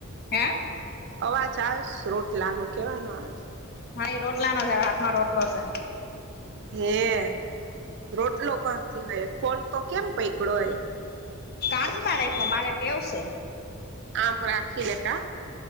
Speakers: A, on the left (about 50°); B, on the right (about 55°).
A: હે
B: અવાજ આવે રોટલા નો કેવાનો આવે.
A: હા એ રોટલા નો જ હાથ માં રોટલો છે.
B: હે રોટલો કરતી હોય ફોન તો કેમ પૈકડો હોય.
A: <unintelligible> મારે રાઈખો મારે ટેવ સે.
B: આમ રાખીને કા.